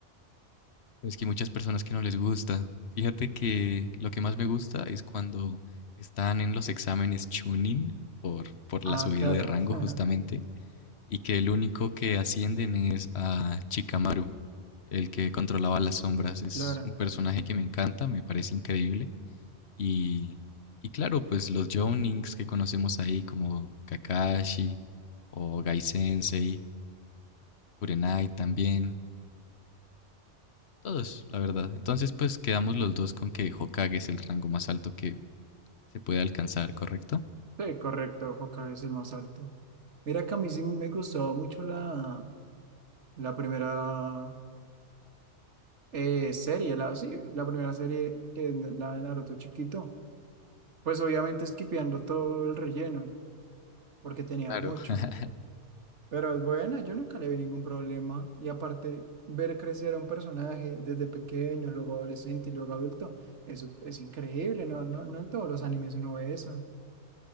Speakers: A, on the left (about 65°); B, on the right (about 75°).
A: Pero es que hay muchas personas que no les gusta. Fíjate que lo que más me gusta es cuando están en los exámenes Chunin por, por
B: Ah,
A: la subida
B: claro.
A: de rango
B: <laughs>
A: justamente y que el único que ascienden es a Chikamaru, el que controlaba las sombras. Es
B: Claro.
A: un personaje que me encanta, me parece increíble y, y claro, pues los Jounings que conocemos ahí como Kakashi o Gai Sensei, Kurenai también, Todos, la verdad. Entonces, pues quedamos los dos con que Hokage es el rango más alto que se puede alcanzar, ¿correcto?
B: Sí, correcto. Hokage es el más alto. Mira que a mí sí me gustaba mucho la, la primera eh, serie, la, sí, la primera serie que es la de Naruto chiquito. Pues obviamente esquipeando todo el relleno, porque tenía
A: Claro.
B: mucho.
A: <laughs>
B: Pero es buena, yo nunca le vi ningún problema. Y aparte, ver crecer a un personaje desde pequeño, luego adolescente y luego adulto, eso es increíble, ¿no? No, no en todos los animes uno ve eso.